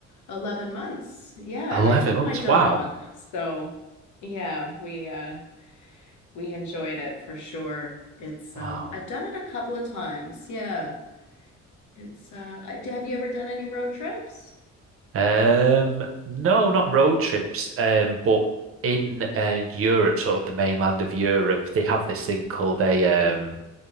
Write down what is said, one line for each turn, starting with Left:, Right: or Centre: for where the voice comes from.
Left: 11 months. Yeah,
Right: 11
Left: and I took
Right: months.
Left: my dog.
Right: Wow.
Left: So, yeah, we uh we enjoyed it for sure. It's
Right: Wow.
Left: um I've done it a couple of times. Yeah. It's uh I, have you ever done any road trips?
Right: Um, no, not road trips. Um, but in uh, Europe, sort of the mainland of Europe, they have this thing called a um,